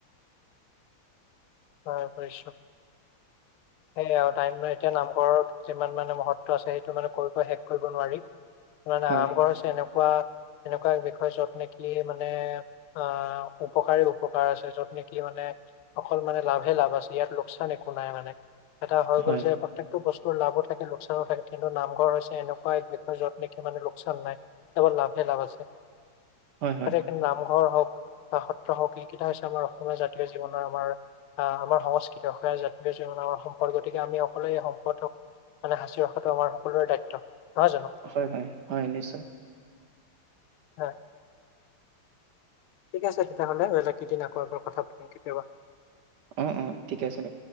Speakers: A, on the left; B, on the right.
A: হৈ পাইছো। সেই আৰু তাইম নাই এতিয়া নামঘৰত যিমান মানে মহত্ব আছে সেইটো মানে কৈ, কৈ শেষ কৰিব নোৱাৰি। নাই, নাই
B: হয়,
A: নামঘৰ হৈছে এনেকোৱা। কোৱা। এনেকুৱা এক বিষয় য'ত নেকি মানে আহ উপকাৰী উপকাৰ আছে য'ত নেকি মানে। অকল মানে। লাভ আছে ইয়াত লোকচান একো নাই মানে। এটা হৈ
B: হয়,
A: গ'ল যে প্ৰত্যেকটো বস্তু। লাভো থাকে লোকচানো থাকে কিন্তু নামঘৰ হৈছে এনেকুৱা এক বিষয় যত নেকি মানে লোকচান নাই কেৱল লাভহে লাভ আছে।
B: হয়, হয়,
A: তাতে কি নাম। ঘৰ হওঁক বা সত্ৰ হওঁক এইকেইটা হৈছে আমাৰ অসমীয়া জাতীয় জীৱনৰ আমাৰ। আহ। আমাৰ সংস্কৃতি অসম জাতীয় জীৱনৰ আমাৰ সম্পদ গতিকে আমি সকলোৱে এই সম্পদক মানে সাঁচি ৰখাটো আমাৰ সকলোৰে দায়িত্ব। নহয় জানো?
B: হয়, হয়, হয় নিশ্চয়।
A: হয় ঠিক আছে, তেতিয়া হ'লে বেলেগ কেইদিন আকৌ এবাৰ কথা পাতিম কেতিয়াবা।
B: উম, উম, ঠিকে আছে দে।